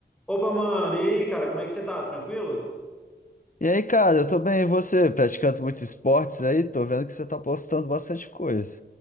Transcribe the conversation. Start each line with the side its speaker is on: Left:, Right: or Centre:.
Centre: Opa, mano, e aí, cara, como é que você tá? Tranquilo?
Left: E aí, cara, eu tô bem, e você? Praticando muitos esportes aí, tô vendo que você tá postando bastante coisa.